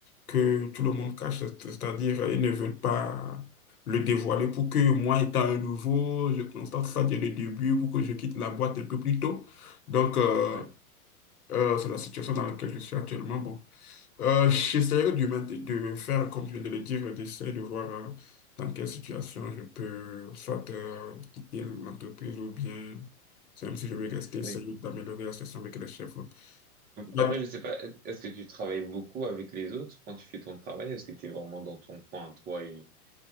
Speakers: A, on the left (about 80°); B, on the right (about 20°).
A: que tout le monde cache, c'est- c'est-à-dire euh, ils ne veulent pas le dévoiler pour que moi, étant un nouveau, je constate ça dès le début pour que je quitte la boîte un peu plus tôt. Donc, euh,
B: Ouais,
A: euh, c'est la situation dans laquelle je suis actuellement. Bon, euh, j'essaierai de, m'int- de faire, comme je viens de le dire, d'essayer de voir euh, dans quelle situation je peux soit euh, quitter l'entreprise ou bien, même si je veux rester, essayer
B: oui.
A: d'améliorer la situation avec les chefs. Bah,
B: Après, je sais pas, est- est-ce que tu travailles beaucoup avec les autres quand tu fais ton travail? Est-ce que tu es vraiment dans ton coin, toi, et